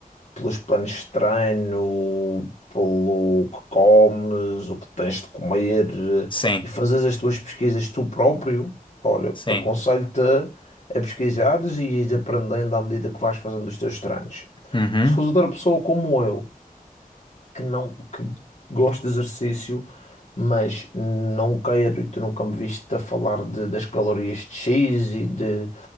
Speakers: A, on the left (about 50°); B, on the left (about 35°).
A: pelos planos de treino, pelo que comes, o que tens de comer eh,
B: Sim,
A: e fazes as tuas pesquisas tu próprio, olha,
B: sim.
A: aconselho-te a pesquisares e ires aprendendo à medida que vais fazendo os teus treinos.
B: Uhum.
A: Se fores outra pessoa como eu, que não que gosto de exercício, mas não quero, e tu nunca me viste a falar de- das calorias de X e, de,